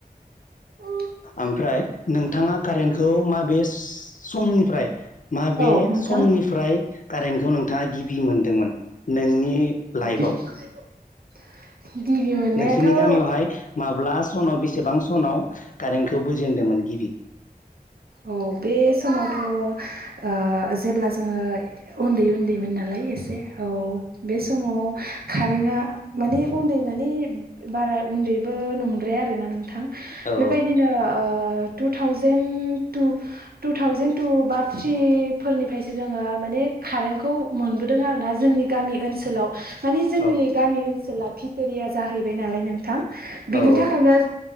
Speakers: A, on the right; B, on the left.
A: औ
B: ओमफ्राय नोंथाङा कारेन्टखौ माबे समनिफ्राय मााबे
A: नोंथां
B: समनिफ्राय कारेन्टखौ नोंथाङा गिबि मोनदोंमोन नोंनि लाइफआव
A: गिबि मोननायाथ'
B: नोंसोरनि
A: ओ
B: गामियावहाय माब्ला सनाव बेसेबां सनाव कारेन्टखौ बोजेनदोंमोन गिबि?
A: औ बे समावथ' जेब्ला जोङो उन्दै उन्दैमोन नालाय एसे औ बे समाव कारेन्टआ माने उन्दै माने बारा उन्दैबो नंद्राया आरोना नोंथां। बेबायदिनो
B: औ
A: two thousand two two thousand two बा थ्रि फोरनिफ्रायसो जोङो माने कारेन्टखौ मोनबोदों आरोना जोंनि गामि ओनसोलाव। माने जोंनि
B: औ
A: गामि ओनसोला भिथोरिया जाहैबाय नालाय नोंथां। बिनि
B: औ औ
A: थाखायनो